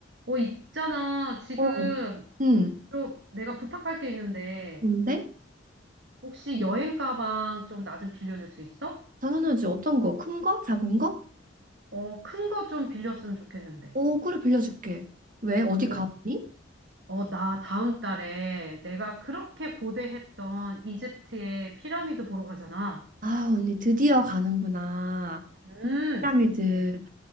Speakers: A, on the right (about 65°); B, on the right (about 45°).
A: 어, 있잖아. 지금
B: 어, 응,
A: 좀 내가 부탁할 게 있는데,
B: 뭔데?
A: 혹시 여행 가방 좀 나 좀 빌려줄 수 있어?
B: 당연하지. 어떤 거? 큰 거? 작은 거?
A: 어, 큰 거 좀 빌렸으면 좋겠는데.
B: 오, 그래, 빌려줄게. 왜? 어디
A: 어,
B: 가, 언니?
A: 어, 나 다음 달에 내가 그렇게 고대했던 이집트의 피라미드 보러 가잖아.
B: 아, 언니 드디어 가는구나.
A: 음,
B: 피라미드.
A: 그,